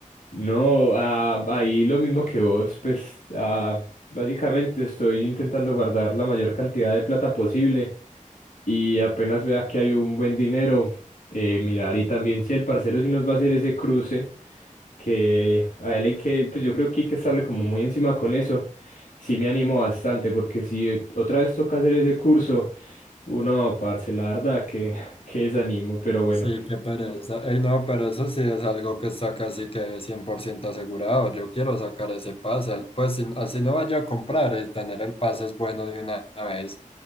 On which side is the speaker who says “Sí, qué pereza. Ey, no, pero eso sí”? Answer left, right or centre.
Left